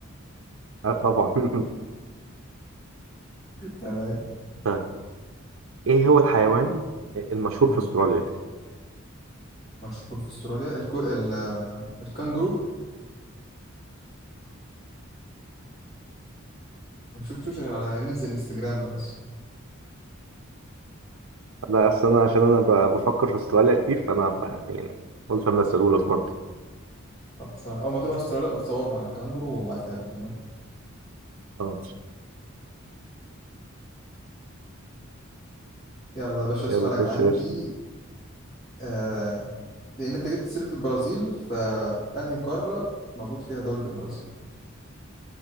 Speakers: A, on the right; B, on the left.
A: اه طبعا <laughs>
B: تمام
A: طيب ايه هو الحيوان المشهور
B: مم.
A: في استراليا؟
B: مشهور في استراليا الكو... ال... آه، الكانجرو ما شفتوش غير على ريلز الانستجرام ده بس
A: لا أصل أنا عشان أنا ب- بفكر في استراليا كتير فأنا ب- يعني قلت أما أسألهولك برضه
B: خلاص أنا اول ما تروح استراليا بقى تصور مع الكانجرو وابعتها لي تمام
A: اه
B: يلا يا باشا سؤالك
A: يلا خش
B: عندي
A: يا باشا
B: آه... لان انت جبت سيرة البرازيل فانهي قارة موجود فيها دولة البرازيل